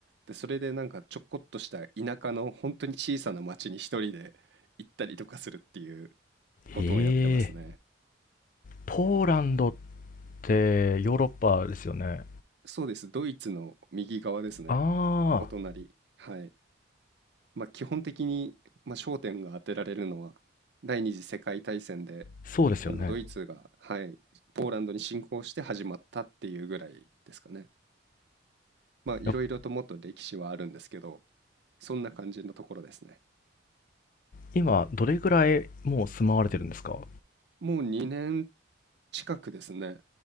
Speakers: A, on the right (about 60°); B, on the left (about 45°).
A: で、それでなんかちょこっとした田舎の本当に小さな町に一人で行ったりとかするっていうことをやってますね。
B: ええポーランドってヨーロッパですよね。
A: そうです。ドイツの右側ですね。
B: ああ、
A: お隣。はい。まあ、基本的に、まあ、焦点が当てられるのは、第二次世界大戦で、
B: そうですよね。
A: あの、ドイツが、はい、ポーランドに侵攻して始まったっていうぐらいですかね。まあ、いろいろともっと歴史はあるんですけど、
B: な
A: そんな感じのところですね。
B: 今、どれぐらいもう住まわれてるんですか
A: もう2年近くですね。